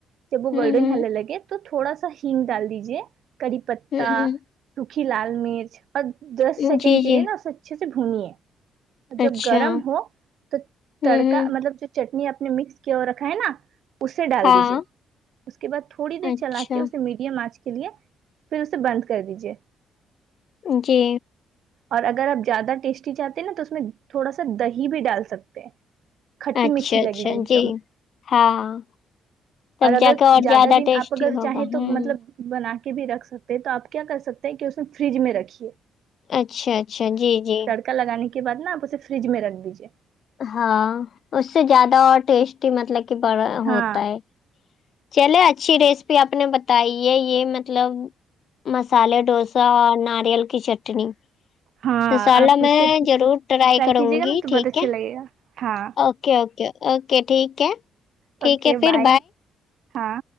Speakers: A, on the right; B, on the left.
A: جب وہ
B: ہوں
A: گولڈن
B: ہوں
A: ہونے لگے تو تھوڑا سا ہگ ڈال دیجے کری پتا
B: ہوں
A: سوکھی لال مرچ دس
B: ہوں
A: سیکنڈ
B: جی
A: کے
B: جی
A: لیے نا اچھے سے بھنی ہے جب
B: اچھا
A: گرم
B: ہوں
A: ہو تو
B: ہوں
A: تڑکا مطلب جو چٹنی اپ نے مکس کی اور رکھا ہے نا اسے ڈال
B: ہاں
A: دیجے اس کے بعد تھوڑی دیر
B: اچھا
A: چلا کے اسے میٹ کے لیے پھر اسے بند کر دیجیے <unintelligible>
B: جی
A: اور اگر آپ زیادہ ٹیسٹی چاہتے ہیں نا تو اس میں تھوڑا سا دہی بھی ڈال سکتے ہیں کھٹی
B: اچھا
A: میٹھی لگے
B: اچھا
A: گی ایک
B: جی
A: دم
B: ہاں تب
A: اور اگر
B: جا کے
A: زیادہ دن
B: ٹیسٹی
A: آپ اگر
B: ہوگا
A: چاہیں تو
B: ہوں
A: مطلب بنا کے بھی رکھ سکتے تو آپ کیا کر سکتے ہیں کہ اس میں فریج میں رکھیے
B: اچھا اچھا جی جی
A: ا لگان کے بع نا آپ اسے فریج میں رکھ دیجیے
B: ہاں اس سے زیادہ اور ٹیسٹی مطلب کہ بڑا
A: ہاں
B: ہوتا ہے چلے اچھی ریسپی آپ نے بتائی ہے یہ مطلب مسالے ڈوسا اور ناریل کی چٹنی
A: ہاں
B: انشاء اللہ
A: آپ
B: میں
A: اس سے
B: ضرور ٹرائی کروں
A: کیجیے گا
B: گی
A: نا تو
B: ٹھیک
A: بہت اچھا
B: ہے
A: لگے گا ہاں
B: اوکے اوکےکے اوکے ٹھیک ہے ٹھیک
A: اوکے
B: ہے پھر
A: بائے ہاں